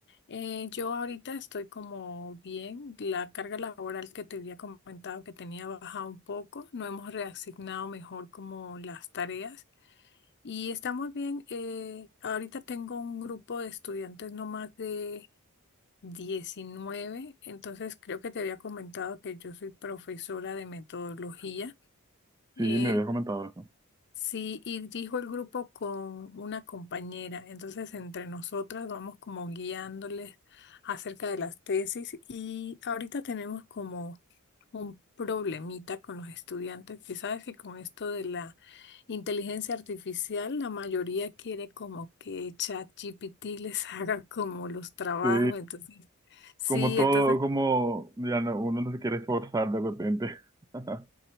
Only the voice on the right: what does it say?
Sí,
me había comentado eso.
Sí,
como todo,
como ya no- uno no se quiere esforzar de repente. <laughs>